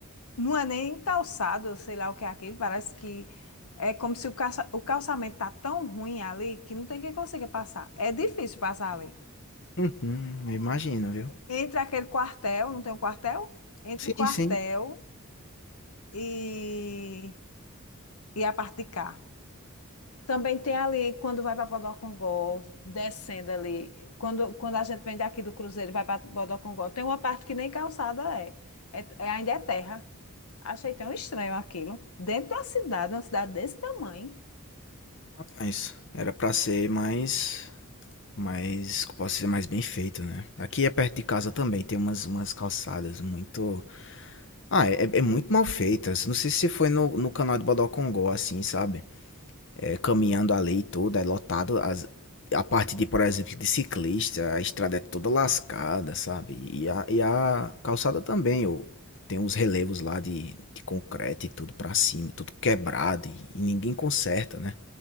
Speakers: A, on the left; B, on the left.
A: não é nem calçado, eu sei lá o que é aquilo. Parece que é como se o, calça, o calçamento tá tão ruim ali que não tem quem consiga passar. É difícil passar ali.
B: Uhum, imagino, viu?
A: Entre aquele quartel, não tem um quartel? Entre
B: Sim,
A: o quartel
B: sim.
A: e, e a parte de cá. Também tem ali, quando vai para Bodocongó, descendo ali, quando, quando a gente vem daqui do Cruzeiro e vai para Bodocongó, tem uma parte que nem calçada é. É, é- ainda é terra. Achei tão estranho aquilo. Dentro da cidade, uma cidade desse tamanho,
B: Rapaz, era pra ser mais, mais, como posso dizer, mais bem feito, né? Aqui é perto de casa também, tem umas, umas calçadas muito... Ah, é, é muito mal feitas. Não sei se você foi no, no canal de Bodocongó, assim, sabe? é, caminhando a lei toda, é lotado. As, a parte de, por exemplo, de ciclista, a estrada é toda lascada, sabe? E a, e a calçada também, ô. tem os relevos lá de, de concreto e tudo pra cima, tudo quebrado e, e ninguém conserta, né?